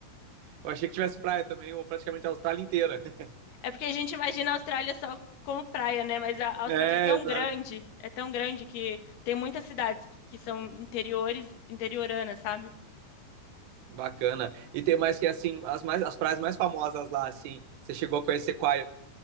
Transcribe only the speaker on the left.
É porque a gente imagina a Austrália só como praia, né? Mas a a Austrália
é tão
grande, é tão grande que tem muitas cidades que que são interiores, interioranas, sabe?